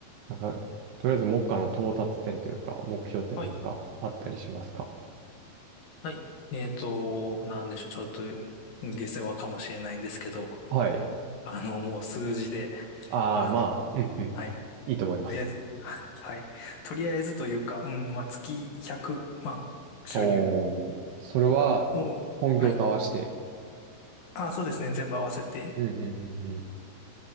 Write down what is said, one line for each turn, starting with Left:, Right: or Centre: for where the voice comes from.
Right: なんか、とりあえず目下の到達点というか、目標って何かあったりしますか
Left: はい。はいえーと、なんでしょう、ちょっと下世話かもしれないんですけど、
Right: はい。
Left: あの、もう数字で、
Right: ああ、
Left: あの、
Right: まあ、うんうん。
Left: はい、
Right: いいと思います。
Left: とりあえず、はい、はい、とりあえずというか、うん、まあ、月100万収入
Right: おー、それは
Left: を、
Right: 本業と合わせて。
Left: はい、あ、そうですね、全部合わせて。
Right: うんうんうんうん。